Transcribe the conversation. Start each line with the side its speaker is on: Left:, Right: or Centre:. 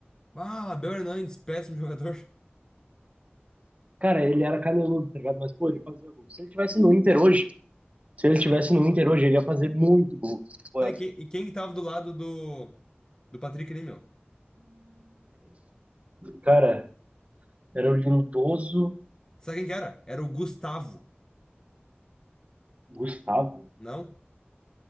Left: Ah, Abel Hernandes, péssimo jogador.
Right: Cara, ele era caneludo, tá ligado? Mas, pô, ele fazia gol. Se ele tivesse no Inter hoje, se ele tivesse no Inter hoje, ele ia fazer muito gol.
Left: <laughs>
Right: Pô,
Left: Sabe quem, e quem que tava do lado do, do Patrick ali, meu?
Right: cara, era o Lindoso
Left: Sabe quem que era? Era o Gustavo.
Right: Gustavo.
Left: Não?